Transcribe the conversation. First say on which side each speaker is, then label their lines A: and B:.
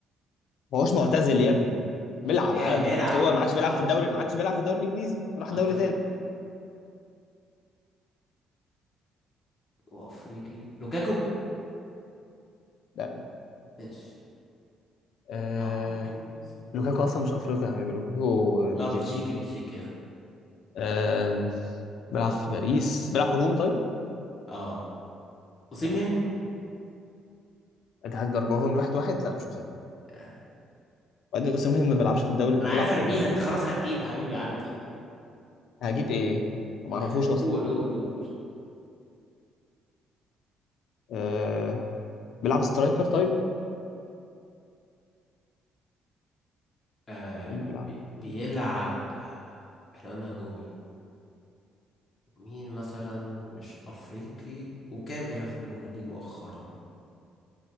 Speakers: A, on the left; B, on the left.
A: ما هوش معتزل يا ابني بيلعب
B: امال ايه
A: عادي
B: بيلعب
A: بس هو ما عادش
B: اه
A: بيلعب في الدوري ما عادش بيلعب في الدوري الانجليزي راح
B: حتى
A: دوري
B: من
A: تاني
B: وافريقي لوكاكو
A: لا
B: ماشي
A: آه...
B: او ممكن سيمين.
A: لوكاكو اصلا مش افريقي يا حبيبي لوكاكو بلجيكي
B: اه بلجيكي بلجيكي اه
A: آه... بيلعب في باريس بيلعب هجوم طيب
B: اه اوسيمين
A: ماشي اتحاد جرجعهم واحد واحد لا مش اسامه
B: آه.
A: وبعدين اسامه ما بيلعبش في الدوري
B: انا
A: بيلعب
B: عايز ارميها
A: في ال...
B: انت خلاص هتجيب يا حبيبي عندي
A: هجيب ايه ما اعرفوش
B: آه،
A: اصلا
B: قول قول قول
A: آه... بيلعب سترايكر طيب
B: آه
A: مين بيلعب
B: بي-
A: في
B: بيلعب
A: باريس؟
B: احنا قلنا هجومي مين مثلا مش افريقي وكان بيلعب في البريمير ليج مؤخرا